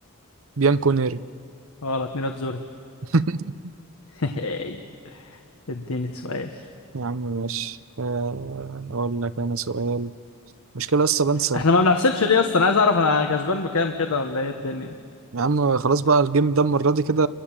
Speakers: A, on the right (about 65°); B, on the left (about 80°).
A: بيانكونيري
B: غلط نيراتزوري
A: <laughs>
B: <laughs> اديني سؤال
A: يا عم ماشي آه، أقول لك أنا سؤال مشكلة لسه بنسى
B: احنا ما بنحسبش ليه اصلا انا عايز اعرف انا كسبان بكام كده ولا ايه الدنيا
A: يا عم خلاص بقى الجيم ده المرة دي كده